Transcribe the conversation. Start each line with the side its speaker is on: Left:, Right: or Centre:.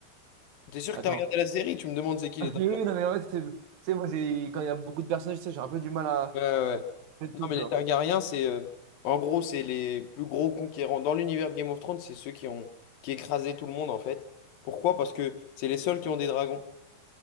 Left: t'es sûr
Right: Attends.
Left: que t'as regardé la série, tu me demandes c'est qui
Right: <laughs>
Left: les Targaryens.
Right: Mais oui, non, mais en fait, c'est- tu sais, moi, j'ai... quand il y a beaucoup de personnages, tu sais, j'ai un peu du mal à
Left: Ouais, ouais, ouais.
Right: mettre
Left: Non,
Right: tout, tu
Left: mais les
Right: vois.
Left: Targaryens, c'est, euh, en gros, c'est les plus gros conquérants. Dans l'univers de Game of Thrones, c'est ceux qui ont, qui écrasaient tout le monde, en fait. Pourquoi? Parce que c'est les seuls qui ont des dragons.